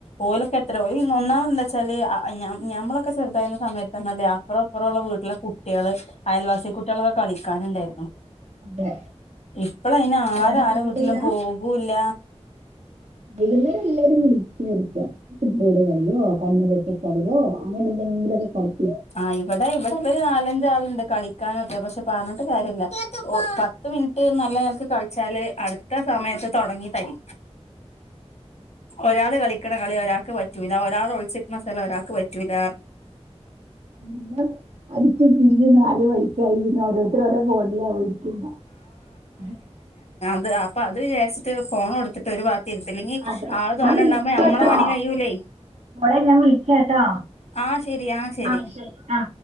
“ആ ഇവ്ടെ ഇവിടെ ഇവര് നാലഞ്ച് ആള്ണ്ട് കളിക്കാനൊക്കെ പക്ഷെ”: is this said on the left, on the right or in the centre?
Left